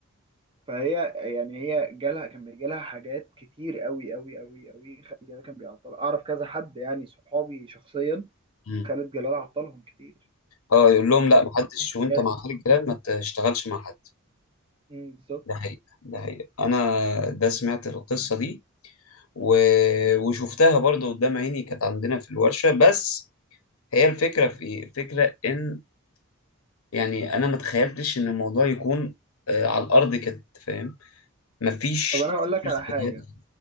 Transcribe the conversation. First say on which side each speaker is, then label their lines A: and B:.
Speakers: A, on the right; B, on the left.
A: فهي يعني هي جالها كان بيجي لها حاجات كتير قوي قوي قوي قوي خالد جلال كان بيعطلها اعرف كذا حد يعني صحابي شخصيا
B: مم.
A: خالد جلال عطلهم كتير
B: اه يقول لهم
A: كان
B: لا
A: بيجي
B: محدش
A: لهم
B: وانت
A: حاجات
B: مع خالد جلال ما تشتغلش مع حد
A: أمم، بالظبط
B: ده حقيقة ده حقيقة انا ده سمعت القصة دي و... وشفتها برضو قدام عيني كانت عندنا في الورشة بس هي الفكرة في ايه؟ الفكرة ان يعني انا ما تخيلتش ان الموضوع يكون آه، على الارض كده فاهم مفيش
A: طب انا هقول لك
B: استغلال.
A: على حاجة